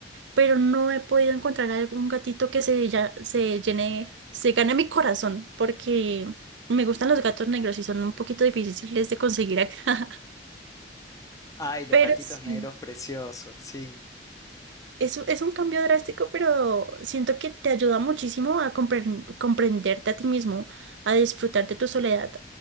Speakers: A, on the right; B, on the left.
A: pero no he podido encontrar algún gatito que se, ya- se llene, se gane mi corazón, porque me gustan los gatos negros y son un poquito difíciles de conseguir acá. <laughs>
B: Ay, los
A: Pero
B: gatitos
A: sí,
B: negros preciosos, sí.
A: es, es un cambio drástico, pero siento que te ayuda muchísimo a compren- comprenderte a ti mismo, a disfrutar de tu soledad.